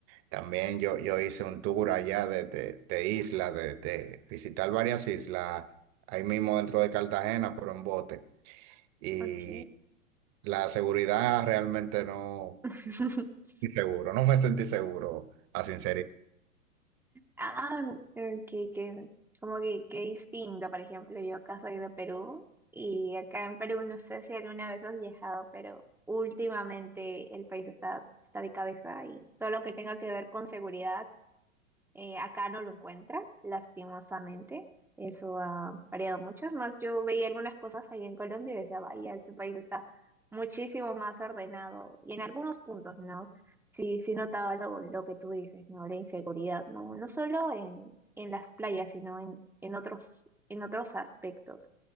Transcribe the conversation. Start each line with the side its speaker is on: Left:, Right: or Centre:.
Right: También yo, yo hice un tour allá de, de, de isla, de, de visitar varias islas, ahí mismo dentro de Cartagena, pero en bote. Y
Centre: ok.
Right: la seguridad realmente no,
Centre: <laughs>
Right: seguro, <laughs> no me sentí seguro, a sinceridad.
Centre: Ah, eh, que, que, como que qué distinto, por ejemplo, yo acá soy de Perú y acá en Perú no sé si alguna vez has viajado, pero últimamente el país está, está de cabeza y todo lo que tenga que ver con seguridad. Eh, acá no lo encuentra, lastimosamente. Eso ha variado mucho. Es más, yo veía algunas cosas ahí en Colombia y decía, vaya, este país está muchísimo más ordenado. Y en algunos puntos, ¿no? Sí, sí notaba lo, lo que tú dices, ¿no? La inseguridad, ¿no? No solo en, en las playas, sino en, en otros, en otros aspectos.